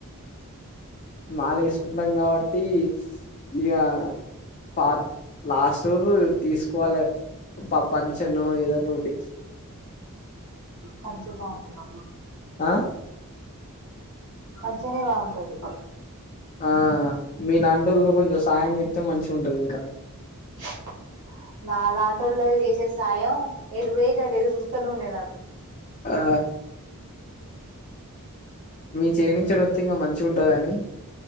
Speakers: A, on the left; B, on the right.
A: మాలేసుకుంటాం కాబట్టి ఇగ ఫార్ లాస్ట్ రోజు తీసుకోవాలే ప పంచనో ఏదన్నోటి
B: పంచే బాగుంటది
A: ఆ
B: పంచేనే బాగుంటది
A: ఆ మీలాంటోల్లు కొంచెం సాయం చేత్తె మంచిగుంటది ఇంకా
B: <unintelligible> నా లాంటోల్లాక్ చేసే సాయం ఎటు పోయేటియి అటు ఎదురు చూత్తనే ఉన్నాయి నాకు
A: ఆ మీ చేయినించెడ్ అత్తె ఇంకా మంచిగుంటదని